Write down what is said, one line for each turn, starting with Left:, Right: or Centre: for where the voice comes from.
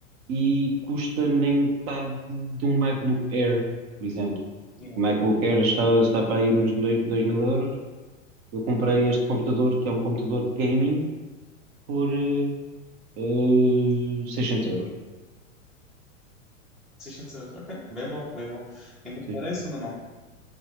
Right: e custa nem metade de um MacBook Air, por exemplo.
Centre: Yeah.
Right: O MacBook Air está, está para aí nos dois mil euros. Eu comprei
Centre: Uhum.
Right: este computador, que é um computador gaming, por eh, eh, 600 euros.
Centre: 600 euros. Ok, bem bom, bem bom. Em primeira
Right: Sim,
Centre: e segunda mão.